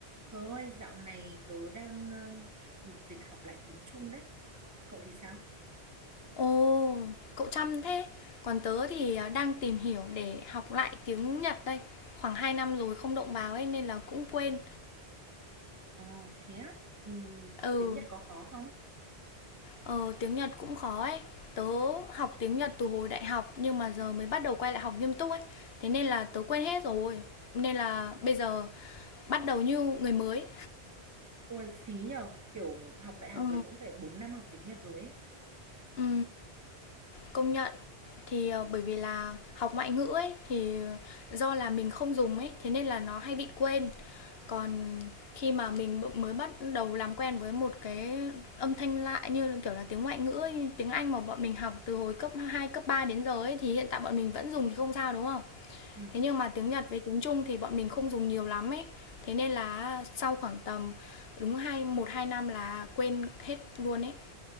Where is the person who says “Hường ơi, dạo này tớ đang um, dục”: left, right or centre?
Right